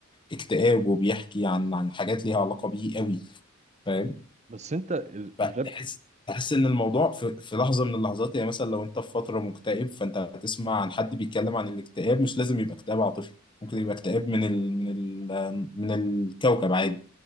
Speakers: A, on the left (about 25°); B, on the right (about 35°).
A: اكتئابه بيحكي عن عن حاجات ليها علاقة بيه قوي فاهم
B: بس انت ال-
A: فتحس
B: الراب
A: تحس ان الموضوع في, في لحظه من اللحظات يعني مثلا لو انت في فتره مكتئب فانت هتسمع عن حد بيتكلم عن الاكتئاب مش لازم يبقى اكتئاب عاطفي ممكن يبقى اكتئاب من ال من ال من الكوكب عادي